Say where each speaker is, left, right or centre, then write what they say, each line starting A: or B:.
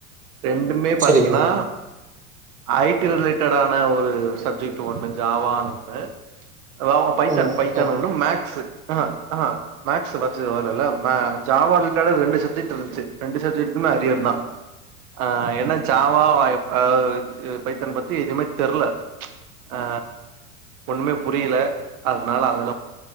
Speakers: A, on the right (about 75°); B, on the right (about 15°).
A: ரெண்டுமே பாத்தீங்கன்னா
B: சரி ப்ரோ
A: ஐ டி ரிலேட்டடான ஒரு சப்ஜெக்ட் ஒண்ணு ஜாவானு ஒன்னு அதில்லாம பைத்தான்
B: ஒன்னு
A: பைத்தான்
B: ஆ
A: ஒன்னு மேக்ஸ் அஹ அஹ மேக்ஸ் ஃபர்ஸ்ட் வரல ஜாவா ரிலேட்டடா ரெண்டு சப்ஜெக்ட்டிருந்துச்சு ரெண்டு சப்ஜெக்டுமே அரியர் தா ஆ என்ன ஜாவா ஆ பைத்தன் பத்தி எதுமே தெரில ஆ ஒண்ணுமே புரியல அதனால அ